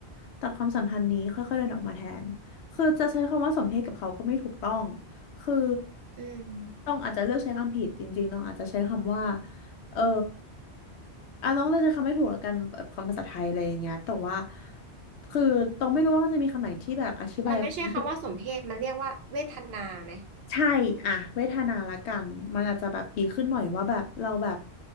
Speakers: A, on the left (about 85°); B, on the right (about 70°).
A: ตัดความสัมพันธ์นี้ค่อยๆเดินออกมาแทนคือจะใช้คำว่าสมเพศกับเขาก็ไม่ถูกต้อง คือ
B: อืม
A: ต้องอาจจะเลือกใช้คำผิดจริงๆต้องอาจจะใช้คำว่าเอออ่ะต้องเลือกใช้คำไม่ถูกแล้วกันแบบคำภาษาไทยอะไรอย่างเงี้ยแต่ว่าคือต้องไม่รู้ว่ามันจะมีคำไหนที่แบบอธิบายความรู้สึก
B: มันไม่ใช่คำว่าสมเพศ มันเรียกว่าเวทนาไหม
A: ใช่อะเวทนาละกันมันอาจจะแบบดีขึ้นหน่อยว่าแบบเราแบบ